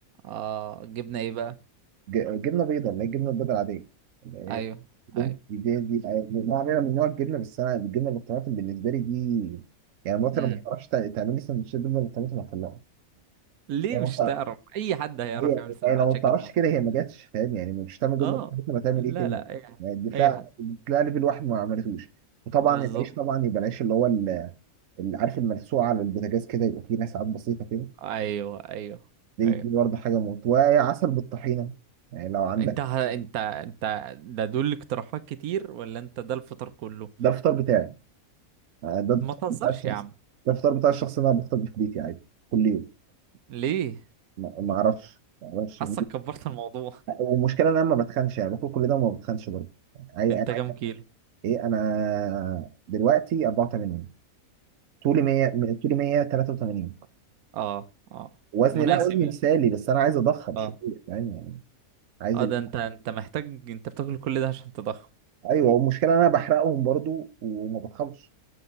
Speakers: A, on the right (about 85°); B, on the right (about 65°).
A: اه جبنا ايه بقى
B: ج- جبنه بيضاء اللي هي الجبنه البيضاء العاديه اللي هي
A: ايوه
B: بدون-
A: ايوه
B: دي دي دي نوع من من نوع الجبنه بس انا الجبنه بالطماطم بالنسبه لي دي يعني مراتي
A: امم
B: لو ما بتعرفش تع- تعمل لي سندوتشات جبنه بالطماطم هطلعها
A: ليه
B: هي
A: مش
B: ما بتع-
A: تعرف اي حد هيعرف
B: هي-
A: يعمل سندوتشات
B: هي لو ما بتعرفش
A: جبنه وطماطم
B: كده هي ما جاتش فاهم يعني مش هتعمل جبنه
A: اه
B: بالطماطم هتعمل
A: لا
B: ايه تاني؟
A: لا اي حد
B: يعني دي تلاقي
A: اي حد
B: دي تلاقي ليفل واحد ما عملتوش وطبعا
A: بالظبط
B: العيش طبعا يبقى العيش اللي هو اللي عارف الملسوعه على البوتاجاز كده يبقى فيه نسعات بسيطه كده
A: ايوه ايوه
B: دي
A: ايوه
B: دي برضه حاجه موت وعسل بالطحينه يعني لو عندك
A: انت ه... انت انت ده دول اقتراحات كتير ولا انت ده الفطار كله
B: ده الفطار بتاعي يعني ده
A: ما
B: الفطار
A: تهزرش
B: بتاع الشخص
A: يا عم
B: ده الفطار بتاع الشخص اللي انا بفطر بيه في بيتي عادي كل يوم
A: ليه
B: ما ما اعرفش ما اعرفش
A: حاسك كبرت الموضوع
B: والمشكله ان انا ما بتخنش يعني باكل كل ده وما بتخنش برضه عاي-
A: انت
B: انا عايز
A: كام كيلو
B: ايه انا دلوقتي 84 طولي 100 طولي 183
A: اه اه
B: وزني
A: مناسب
B: لا وزني
A: يعني
B: مثالي بس انا عايز اضخم
A: اه
B: شويه فاهم يعني عايز
A: اه
B: ال...
A: ده انت انت محتاج انت بتاكل كل ده عشان تضخم
B: ايوه والمشكله إن انا بحرقهم برضو وما بتخنش